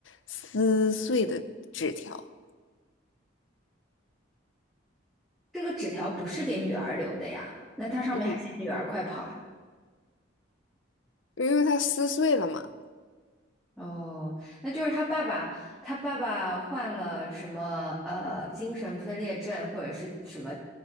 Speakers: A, on the left; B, in the centre.
A: 撕碎的纸条，
B: 这个纸条不是给女儿留的呀，那它上面还写女儿快跑啊。
A: 嗯，因为他撕碎了嘛。
B: 哦，那就是他爸爸，他爸爸患了什么呃精神分裂症或者是什么